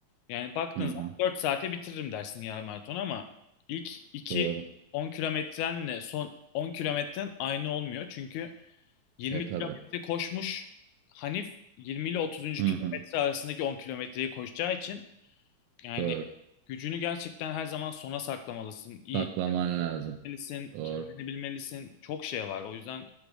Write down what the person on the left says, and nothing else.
Yani baktığın
zaman
4 saate bitiririm dersin yarım maraton ama ilk iki
10 kilometrenle son 10 kilometren aynı olmuyor. Çünkü 20
kilometre koşmuş Hanif 20 ile 30.
kilometre
arasındaki 10 kilometreyi koşacağı için yani
gücünü gerçekten her zaman sona saklamalısın. İyi
bilmelisin,
kendini bilmelisin. Çok şey var. O yüzden